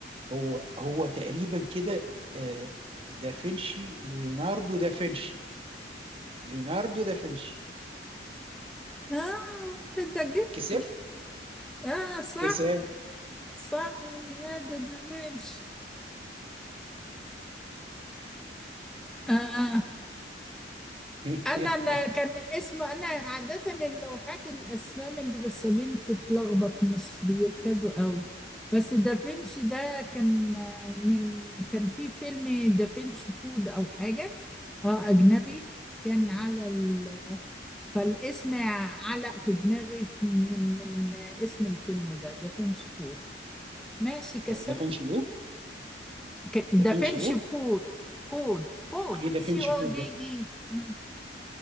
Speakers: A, on the right (about 30°); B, in the centre.
A: هو هو تقريبا كده آه، دافنشي ليوناردو دافنشي ليوناردو دافنشي
B: آه أنت جبته
A: كسب
B: آه صح
A: كسب
B: صح ليوناردو دافنشي آه
A: <laughs>
B: انا أنا كان اسم انا عاده اللوحات الاسامي الرسامين تتلخبط مش بيركزوا قوي بس دافنشي ده كان آه، من كان في فيلم دافنشي كود او حاجه اه اجنبي كان على ال فالاسم علق في دماغي من من آه، اسم الفيلم ده دافنشي كود ماشي كسبت
A: دافنشي ايه
B: ك- دافنشي
A: دافنشي ايه
B: كود كود كود
A: ايه دافنشي
B: سي او
A: كود
B: دي
A: ده
B: اي مم،